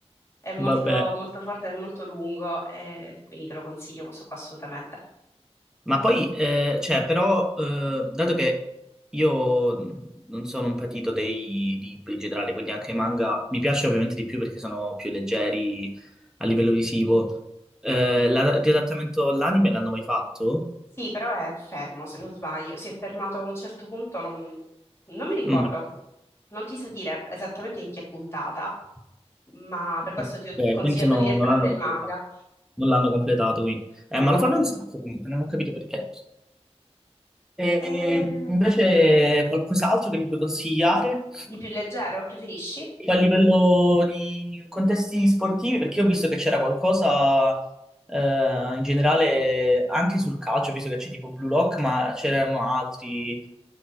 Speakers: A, on the left; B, in the centre.
A: È molto,
B: Vabbè.
A: molto forte, è molto lungo, e quindi te lo consiglio questo qua assolutamente.
B: Ma poi, eh, cioè, però, eh, dato che io non sono un patito dei libri in generale, quindi anche i manga mi piace ovviamente di più perché sono più leggeri a livello visivo. Eh, la- l'adattamento all'anime l'hanno mai fatto?
A: Sì, però è fermo, se non sbaglio. Si è fermato a un certo punto, non, non mi ricordo.
B: Mm,
A: Non ti so dire esattamente in che puntata, ma per questo
B: Ok,
A: ti ho consigliato
B: quindi sono-
A: direttamente
B: non l'hanno
A: il
B: completato.
A: manga.
B: Non l'hanno completato, quindi. Eh,
A: No.
B: ma lo fanno un sacco comunque, non ho capito perché. E
A: Eh,
B: invece qualcos'altro che mi puoi consigliare?
A: di più leggero, preferisci?
B: a livello di contesti sportivi, perché ho visto che c'era qualcosa eh, in generale anche sul calcio, ho visto che c'è tipo Blue Lock, ma c'erano altri,